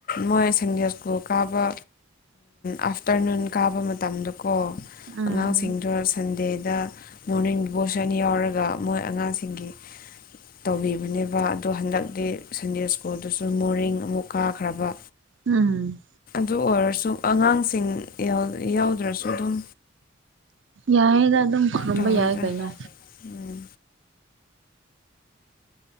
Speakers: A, on the left; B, on the right.
A: ꯃꯣꯏ ꯁꯪꯗꯦ ꯁ꯭ꯀꯨꯜ ꯀꯥꯕ ꯑꯥꯐꯇꯔꯅꯨꯟ ꯀꯥꯕ ꯃꯇꯝꯗꯀꯣ
B: ꯎꯝ
A: ꯑꯉꯥꯡꯁꯤꯡꯗꯣ ꯁꯟꯗꯦ ꯗ ꯃꯣꯔꯅꯤꯡ ꯁꯟ ꯌꯥꯎꯔꯒ ꯃꯣꯏ ꯑꯉꯥꯡꯁꯤꯡꯒꯤ ꯇꯧꯕꯤꯕꯅꯦꯕ ꯑꯗꯣ ꯍꯟꯗꯛꯇꯤ ꯁꯟꯗꯦ ꯁ꯭ꯀꯨꯜꯗꯨꯁꯨ ꯃꯣꯔꯅꯤꯡ ꯑꯃꯨꯛ ꯀꯥꯈ꯭ꯔꯕ
B: ꯎꯝ
A: ꯑꯗꯨ ꯑꯣꯏꯔꯁꯨ ꯑꯉꯥꯡꯁꯤꯡ ꯌꯥꯎꯗ꯭ꯔꯁꯨ ꯑꯗꯨꯝ
B: ꯌꯥꯏꯌꯦꯗ ꯑꯗꯨꯝ ꯈꯔꯨꯝꯕ
A: ꯇꯧꯋꯦꯗ
B: ꯌꯥꯏ ꯀꯩꯅꯣ
A: ꯎꯝ